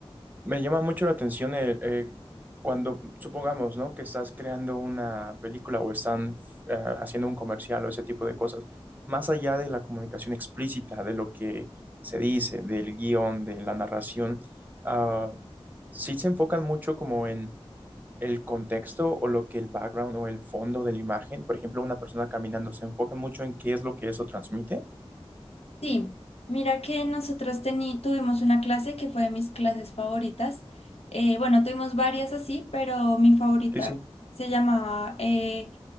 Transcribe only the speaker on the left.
Sí, mira que nosotros teni- tuvimos una clase que fue de mis clases favoritas. Eh, bueno, tuvimos varias así, pero mi favorita
se llamaba eh,